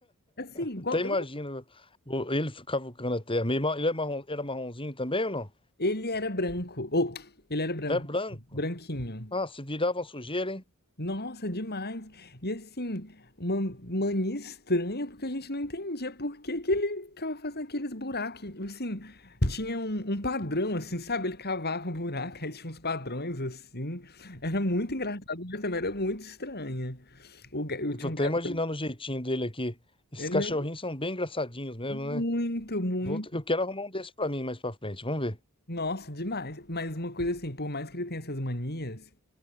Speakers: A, on the left; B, on the left.
A: Assim, igual.
B: Até imagino
A: Eu não...
B: o- ele cavucando a terra. Meio ma- Ele é marrom, era marronzinho também ou não?
A: Ele era branco. Ou, ele era branco.
B: É branco.
A: assim, Branquinho.
B: Ah, se virava uma sujeira, hein?
A: Nossa, demais. E assim, uma mania estranha, porque a gente não entendia por que que ele ficava fazendo aqueles buracos. Assim, tinha um, um padrão, assim, sabe? Ele cavava o buraco, aí tinha uns padrões, assim. Era muito engraçado, mas também era muito estranha. O, ga- eu
B: Eu
A: tinha
B: tô até
A: um gato...
B: imaginando o jeitinho dele aqui. Esses
A: é, não,
B: cachorrinhos são bem engraçadinhos mesmo,
A: Muito,
B: né?
A: muito.
B: Vou t- eu quero arrumar um desse pra mim mais pra frente. Vamos ver.
A: Nossa, demais. Mas uma coisa assim, por mais que ele tenha essas manias,